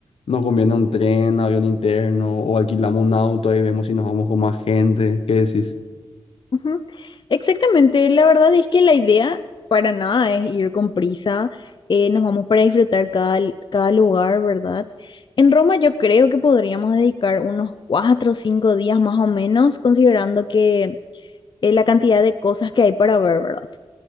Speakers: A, on the left; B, on the left.
A: nos conviene un tren, avión interno o alquilamos un auto. Ahí vemos si nos vamos con más gente. ¿Qué decís?
B: Ujú. Exactamente, la verdad es que la idea para nada es ir con prisa, eh, nos vamos para disfrutar cada, l- cada lugar, ¿verdad? En Roma yo creo que podríamos dedicar unos cuatro o cinco días más o menos, considerando que eh, la cantidad de cosas que hay para ver, ¿verdad?